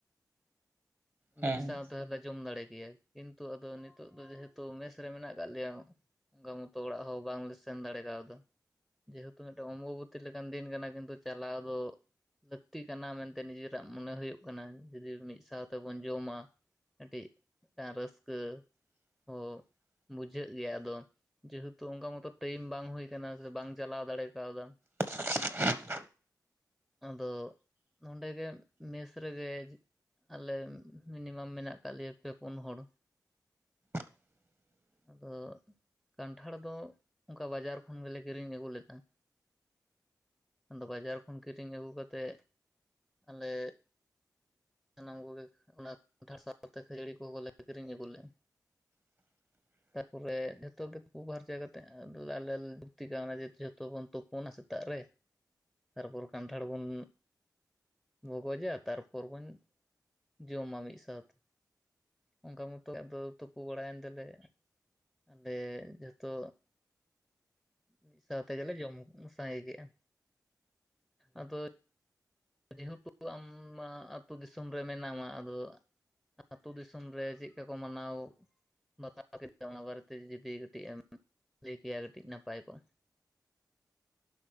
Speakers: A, on the right; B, in the centre.
A: ᱦᱮᱸ
B: ᱢᱤᱫ ᱥᱟᱶ ᱛᱮᱦᱚᱸᱞᱮ ᱡᱚᱢ ᱫᱟᱲᱮ ᱠᱮᱭᱟ ᱠᱤᱱᱛᱩ ᱟᱫᱚ ᱱᱤᱛᱚᱜ ᱫᱚ ᱡᱮᱦᱮᱛᱩ ᱢᱮᱥ ᱨᱮ ᱢᱮᱱᱟᱜ ᱠᱟᱫ ᱞᱮᱭᱟ᱾ ᱚᱱᱠᱟ ᱢᱚᱛᱚ ᱚᱲᱟᱜ ᱦᱚᱸ ᱵᱟᱝᱞᱮ ᱥᱮᱱ ᱫᱟᱲᱮ ᱠᱟᱣᱫᱟ᱾ ᱡᱮᱦᱮᱛᱩ ᱢᱤᱫᱴᱮᱱ ᱚᱢᱵᱚᱵᱩᱛᱤ ᱞᱮᱠᱟᱱ ᱫᱤᱱ ᱠᱟᱱᱟ ᱠᱤᱱᱛᱩ ᱪᱟᱞᱟᱣ ᱫᱚ᱾ ᱞᱟᱹᱠᱛᱤ ᱠᱟᱱᱟ ᱢᱮᱱᱛᱮ ᱱᱤᱡᱮᱨᱟᱜ ᱢᱚᱱᱮ ᱦᱩᱭᱩᱜ ᱠᱟᱱᱟ ᱡᱩᱫᱤ ᱢᱤᱫ ᱥᱟᱶ᱾ ᱛᱮᱵᱚᱱ ᱡᱚᱢᱟ ᱢᱤᱫᱴᱤᱡ ᱨᱟᱹᱥᱠᱟᱹ᱾
A: <unintelligible>
B: ᱦᱚᱸ ᱵᱩᱡᱷᱟᱹᱜ ᱜᱮᱭᱟ ᱟᱫᱚ᱾ ᱡᱮᱦᱮᱛᱩ ᱚᱱᱠᱟ ᱢᱚᱛᱚ ᱴᱟᱭᱤᱢ ᱵᱟᱝ ᱦᱩᱭ ᱟᱠᱟᱱᱟ ᱥᱮ ᱵᱟᱝ ᱪᱟᱞᱟᱣ ᱫᱟᱲᱮ ᱠᱟᱣᱫᱟ᱾
A: <inaudible>
B: ᱟᱫᱚ ᱾ ᱱᱚᱸᱰᱮ ᱜᱮ ᱢᱮᱥ ᱨᱮᱜᱮ ᱟᱞᱮ ᱢᱤᱱᱤᱢᱟᱢ ᱢᱮᱱᱟ-ᱜ ᱟᱠᱟᱫ ᱞᱮᱭᱟ᱾ ᱯᱮ ᱯᱩᱱ ᱦᱚᱲ᱾
A: <inaudible>
B: ᱟᱫᱚ ᱠᱟᱱᱴᱷᱽᱟᱲ ᱫᱚ, ᱚᱱᱠᱟ ᱵᱟᱡᱟᱨ ᱠᱷᱚᱱ ᱜᱮᱞᱮ, ᱠᱤᱨᱤᱧ ᱟᱹᱜᱩ ᱞᱮᱫᱟ᱾ ᱟᱫᱚ᱾ ᱵᱟᱡᱟᱨ ᱠᱷᱚᱱ ᱠᱤᱨᱤᱧ ᱟᱹᱜᱩ ᱠᱟᱛᱮᱫ, ᱟᱞᱮ ᱥᱟᱱᱟᱢ ᱠᱚ-ᱜᱮ ᱚᱱᱟᱷᱟ ᱥᱟᱶᱛᱮ ᱠᱷᱟᱹᱡᱟᱹᱲᱤ ᱠᱚ-ᱦᱚᱸ ᱞᱮ ᱠᱤᱨᱤᱧ ᱟᱹᱜᱩ ᱞᱮᱫᱼᱟ᱾
A: <inaudible>
B: ᱛᱟᱯᱚᱨᱮ ᱾ ᱡᱷᱚᱛᱚ ᱜᱮ ᱛᱩᱯᱩ ᱯᱷᱟᱨᱪᱟ ᱠᱟᱛᱮᱮᱫ᱾ ᱟᱞᱮ ᱞᱩᱠᱛᱤ ᱠᱟᱣᱱᱟ ᱡᱮ ᱡᱷᱚᱛᱚ ᱵᱚᱱ ᱛᱚᱵ ᱚᱱᱟ ᱥᱮᱛᱟ-ᱜ ᱨᱮ, ᱛᱟᱨᱯᱚᱨ ᱠᱟᱱᱴᱷᱽᱟᱲ ᱵᱚᱱ ᱵᱚᱜᱚᱡᱟ᱾ ᱛᱟᱨᱯᱚᱨ ᱵᱚᱱ ᱡᱚᱢᱟ ᱢᱤᱫ ᱥᱟᱶᱛᱮ᱾ ᱚᱱᱠᱟ ᱢᱚᱛᱚ ᱟᱫᱚ ᱛᱩᱯᱩ ᱵᱟᱲᱟᱭᱮᱱ ᱛᱮᱞᱮ ᱟᱞᱮ ᱡᱚᱛᱚ ᱢᱤᱫ ᱥᱟᱶ ᱛᱮᱜᱮᱞᱮ, ᱡᱚᱢ ᱥᱟᱸᱜᱮ ᱠᱮᱫᱼᱟ᱾ ᱟᱫᱚ ᱡᱮᱦᱮᱛᱩ ᱟᱢ ᱟ ᱾ ᱟᱹᱛᱩ ᱫᱤᱥᱚᱢ ᱨᱮ ᱢᱮᱱᱟᱢᱟ᱾ ᱟᱫᱚ ᱟᱹᱛᱩ ᱫᱤᱥᱚᱢ ᱨᱮ, ᱪᱮᱫᱠᱟ ᱠᱚ ᱢᱟᱱᱟ-ᱣ ᱵᱟᱛᱟᱣ ᱠᱮᱫᱟ᱾ ᱚᱱᱟ ᱵᱟᱨᱮ ᱛᱮ ᱡᱩᱫᱤ ᱠᱟᱹᱴᱤᱡ, ᱮᱢ ᱞᱟᱹᱭ ᱠᱮᱭᱟ ᱾ ᱠᱟᱹᱴᱤᱡ ᱱᱟᱯᱟᱼᱭ ᱠᱚᱜ-ᱟ?